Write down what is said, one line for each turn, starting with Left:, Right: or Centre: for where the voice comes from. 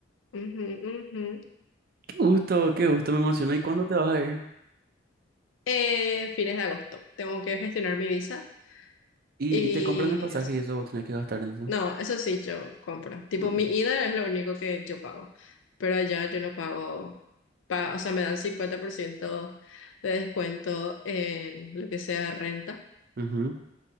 Left: Ujú, ujú.
Right: Qué gusto, qué gusto, me emociona. ¿Y cuándo te vas a ir?
Left: Eh, fines de agosto. Tengo que gestionar mi visa
Right: Y,
Left: y
Right: y te compran el pasaje
Left: eso.
Right: y eso vos tenés que gastar en eso.
Left: No, eso sí, yo compro. Tipo,
Right: Mm,
Left: mi ida es lo único que yo pago, pero allá yo no pago, pa- o sea, me dan 50% de descuento en lo que sea renta,
Right: ujú.